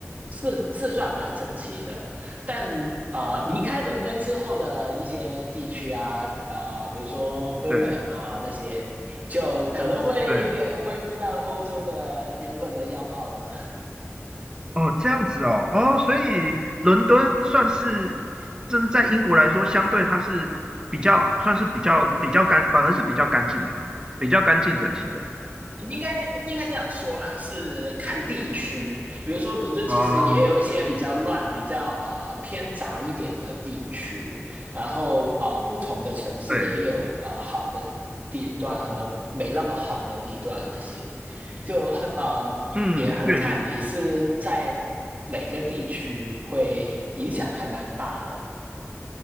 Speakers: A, on the right; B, on the right.
A: 是是算蛮整齐的。但啊，离开伦敦之后的一些地区啊，啊，比如说 Birmingham
B: 对
A: 啊那些，就可能会有点恢复到欧洲的原本的样貌了。
B: 对，哦，这样子哦，哦，所以伦敦算是，就是在英国来说，相对它是比较算是比较比较干，反而是比较干净的，比较干净整齐的。
A: 应该应该这样说啦，是看地区。比如说伦敦其实也有一些比较乱、
B: 哦，
A: 比较啊偏杂一点的地区，然后啊，不同的城市也有啊好的地段和没那么好的地段那些。
B: 对，
A: 就很嗯，
B: 嗯，
A: 也很看你是在哪个地区，
B: 确实。
A: 会影响还蛮大的。